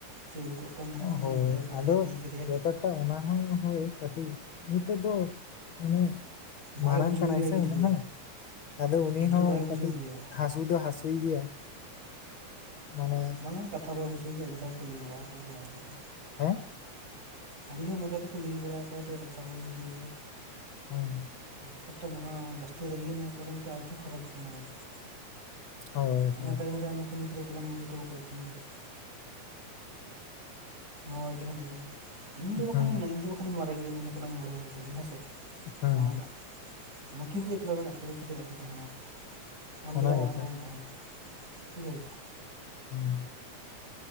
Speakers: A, on the right; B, on the left.
A: ᱫᱟᱹᱲ ᱩᱰᱩᱠᱚᱜ ᱠᱟᱱ ᱛᱟᱦᱮᱱᱟᱭ
B: ᱦᱳᱭ
A: ᱤᱧ ᱵᱷᱟᱹᱭ ᱯᱟᱸᱡᱟ
B: ᱟᱫᱚ
A: ᱤᱫᱤ ᱠᱟᱫᱮᱭᱟ
B: ᱵᱮᱯᱟᱨᱴᱟ ᱚᱱᱟ ᱦᱚᱸ ᱦᱳᱭ ᱠᱟᱹᱴᱤᱡ ᱱᱤᱛᱚᱜ ᱫᱚ ᱢᱟᱱᱮ ᱢᱟᱨᱟᱝ
A: ᱵᱟᱭ ᱵᱩᱡᱷᱟᱹᱣ
B: ᱠᱟᱱᱟᱭ
A: ᱜᱮᱭᱟ
B: ᱥᱮ
A: ᱜᱤᱫᱽᱨᱟᱹ
B: ᱩᱱᱤ ᱦᱚᱸ ᱟᱫᱚ ᱩᱱᱤ
A: ᱜᱤᱫᱽᱨᱟᱹ
B: ᱦᱚᱸ
A: ᱵᱟᱭ ᱵᱩᱡᱷᱟᱹᱣ
B: ᱠᱟᱹᱴᱤᱡ
A: ᱜᱮᱭᱟ
B: ᱦᱟᱹᱥᱩ ᱫᱚ ᱦᱟᱹᱥᱩᱭ ᱜᱮᱭᱟ ᱢᱟᱱᱮ
A: ᱵᱟᱝᱟ ᱠᱟᱛᱷᱟ ᱵᱟᱭ ᱵᱩᱡᱷᱟᱹᱣ ᱜᱮᱭᱟ ᱟᱹᱰᱤ ᱫᱷᱟᱣ ᱠᱚ ᱞᱟᱹᱭ ᱵᱟᱲᱟ ᱠᱟᱣᱫᱮᱭᱟ ᱢᱚᱪᱟᱛᱮ
B: ᱦᱮᱸ
A: ᱟᱹᱰᱤ ᱫᱷᱟᱣ ᱢᱚᱪᱟ ᱛᱮᱠᱚ ᱞᱟᱹᱭ ᱵᱟᱲᱟ ᱠᱟᱣᱫᱮᱭᱟ ᱠᱟᱛᱷᱟ ᱵᱟᱭ ᱵᱩᱡᱷᱟᱹᱣ ᱜᱮᱭᱟ
B: ᱦᱮᱸ
A: ᱯᱟᱴᱟ ᱵᱟᱝᱟ ᱡᱟᱹᱥᱛᱤ ᱨᱟᱹᱜᱤᱭᱱᱟ ᱠᱟᱨᱚᱱ ᱛᱮ ᱟᱹᱛᱩ ᱠᱷᱟᱨᱟᱯ ᱟᱠᱟᱱᱟᱭ ᱟᱨᱠᱤ
B: ᱦᱳᱭ
A: ᱚᱱᱟ
B: ᱦᱳᱭ
A: ᱴᱟᱭᱤᱢ ᱨᱮ ᱱᱩᱠᱤᱱ ᱜᱤᱫᱽᱨᱟᱹ ᱮᱠᱞᱟᱢ ᱵᱟᱹᱜᱤ ᱦᱚᱴᱚᱣ ᱟᱠᱟᱫ ᱠᱤᱱᱟ ᱪᱮᱫᱟᱜ? ᱱᱟᱣᱟ ᱠᱤᱱ ᱦᱮᱡ ᱟᱠᱟᱱᱟ ᱤᱧ ᱫᱚ ᱵᱟᱠᱷᱟᱱᱤᱧ
B: ᱦᱮᱸ
A: ᱫᱚ ᱵᱟᱠᱷᱟᱱᱤᱧ ᱢᱟᱨᱮ ᱜᱮᱭᱟᱧ ᱡᱚᱛᱚᱱᱟᱜ ᱤᱧ ᱵᱟᱲᱟᱭᱟ ᱟᱹᱨᱤᱪᱟᱹᱞᱤ ᱦᱮᱸᱥᱮ
B: ᱦᱮᱸ
A: ᱚᱸᱰᱮᱱᱟᱜ ᱱᱩᱠᱤᱱ ᱫᱚ ᱮᱠᱞᱟ ᱢᱮᱱᱟᱜ ᱠᱤᱱᱟ ᱪᱮᱫᱟᱜ ᱠᱤᱱ ᱛᱟᱦᱮᱱᱟ ᱮᱠᱞᱟ ᱟᱢ
B: ᱚᱱᱟ
A: ᱪᱮᱫᱟᱜ
B: ᱜᱮᱛᱚ
A: ᱚᱲᱟᱜ ᱨᱮ ᱵᱟᱢ ᱛᱟᱦᱮᱱᱟ ᱵᱩᱡᱷᱟᱹᱣ ᱜᱮᱭᱟᱢ
B: ᱦᱩᱸ